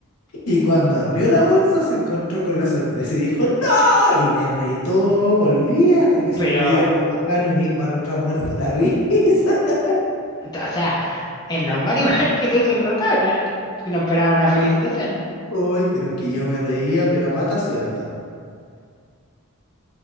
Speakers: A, on the left; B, on the left.
A: Y cuando abrió la bolsa se encontró con la sorpresa y dijo, ¡No! Y me retó, olvídate, me subieron,
B: Pero
A: me bajaron y me dijo, arrastrado muerto la risa. <laughs>
B: <laughs> O sea, es normal igual que tú enrotado, no, no esperaba una felicitación.
A: Uy, pero es que yo me reía, pero a pata suelta.